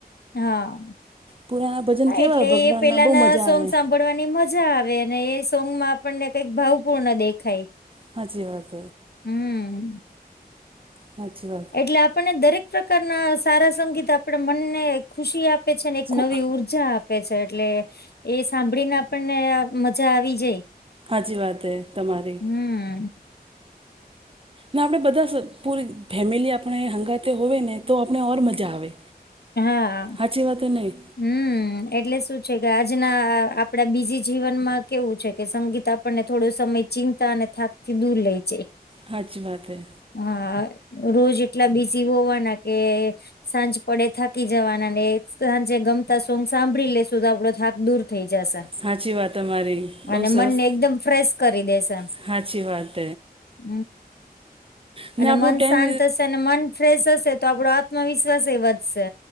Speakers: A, on the left (about 75°); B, on the right (about 35°).
A: હા હા!
B: પુરાના ભજન કેવા
A: એટલે
B: હોય ભગવાનના
A: પેલાના
B: બહુ મજા
A: સોંગ
B: આવે.
A: સાં. ડવાની મજા આવે. અને એ સોંગમાં આપણને કંઈક ભાવપૂર્ણ દેખાય.
B: સાચી વાત.
A: હમ!
B: સાચી વાત.
A: એટલે આપણને દરેક પ્રકારના સારા સંગીત આપડ મનને ખુશી આપે છે ને એક
B: ખૂ
A: નવી ઊર્જા આપે. છે એટલે એ સાંભળીને આપણને. મજા આવી જાય.
B: સાચી વાત હે તમારી.
A: હમ
B: ના આપણે બધા પૂરી ફેમિલી આપણે હંગાતે હોય ને, તો આપણે ઓર મજા આવે.
A: હા
B: હાચી વાત હે નહીં
A: હમ! એટલે શું છે? કે આજના આપડા બીજી જીવનમાં કેવું છે? કે સંગીત. આપણને થોડો સમય ચિંતા અને થાતથી દૂર લે છે.
B: હાચી વાત હૈ.
A: હા રોજ એટલા બીસી હોવાના કે સાંજ. પડે થાકી જવાના ને સાંજે ગમતા સોંગ સાંભળી લેશું, તો આપડો થાક દૂર થઈ જશે.
B: સાાચી વાત અરી બઉ
A: અને
B: સરસ
A: મનને એકદમ ફ્રેશ કરી દેશે
B: સાાચી વાત.
A: હમ
B: ને
A: અને
B: આપણું
A: મન
B: ટેન
A: શાંત હશે. મન ફ્રેશ હશે તો, આપડો આત્મવિશ્વાસ એ વધશે.